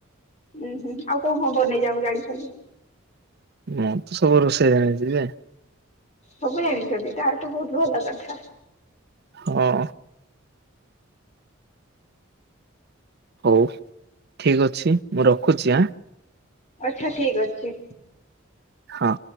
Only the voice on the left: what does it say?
ଉୁଁ, ହୁଁ, ଆଉ କଣ ଖବର ନେଇ ଯାଉ ଜାଣି <unintelligible>
ସବୁ ଜାଣିଛନ୍ତି? ତାର ତ ବହୁତ ଭଲ କଥା
ଆଛା, ଠିକ ଅଛି।